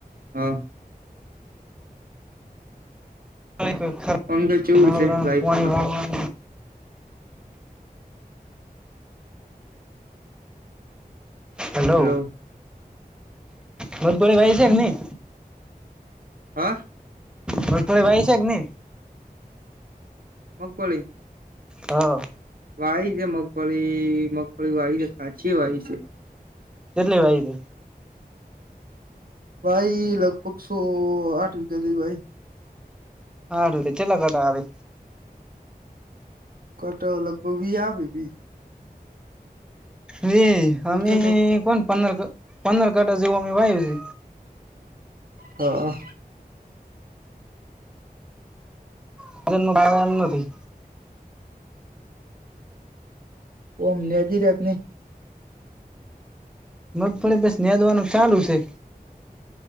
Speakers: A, on the right; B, in the centre.
A: હા
B: <unintelligible>
A: આમ કે કેવું
B: નવરા
A: છે લાઈફમાં
B: પણી વાળવા હેલો
A: હલો
B: મથોડી ભાઈ છે કે ની
A: હા
B: બગ થોડી ભાઈ છે કે ની
A: મગફળી
B: હા
A: વાવી છે મગફળી મગફળી વાવી છે કાચી વાવી છે
B: કેટલી વાઈ છે?
A: ભાઈ લગભગ સો આઠ વિઘા જેવી વાઈ
B: હારૂ ત છેલા ઘટા આવે
A: કટ લગભગ ભી આમે બી
B: વે
A: વીઘે
B: અમે હે
A: તો
B: કોણ પંનરક પંનર કઢ જેવું અમે વાયુ છે
A: હાં
B: <unintelligible> નથી
A: ઓ લેનજી રાખ ને
B: મગફળી બસ ન્યાધવાનું ચાલુ છે.